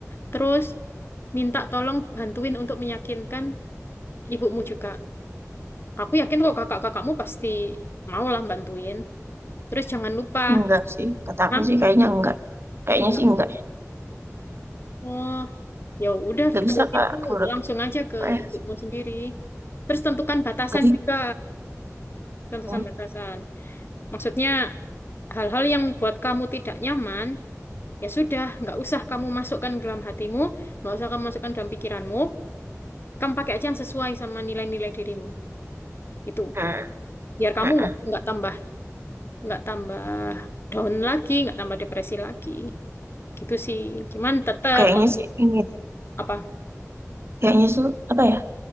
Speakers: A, on the left; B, on the right.
A: Terus minta tolong bantuin untuk meyakinkan ibumu juga. Aku yakin kok kakak-kakakmu pasti mau lah bantuin. Terus jangan lupa.
B: Enggak sih, kata
A: Hah?
B: aku sih kayaknya enggak. Kayaknya
A: Enggak.
B: sih enggak ya.
A: Oh, ya udah
B: Nggak
A: kalau
B: bisa Kak,
A: gitu
B: aku
A: langsung aja
B: apa
A: ke
B: ya?
A: ibumu sendiri. Terus tentukan batasan
B: Nggak bisa.
A: juga, tentukan
B: Hmm,
A: batasan. Maksudnya hal-hal yang buat kamu tidak nyaman, ya sudah, nggak usah kamu masukkan ke dalam hatimu, nggak usah kamu masukkan dalam pikiranmu. Kamu pakai aja yang sesuai sama nilai-nilai dirimu. Itu.
B: hmm,
A: Biar kamu
B: hmm.
A: nggak nggak tambah nggak tambah down lagi, nggak tambah depresi lagi. gitu sih. Cuman tetap
B: Kayaknya
A: kamu
B: sih ini, deh.
A: apa?
B: kayaknya tuh apa ya?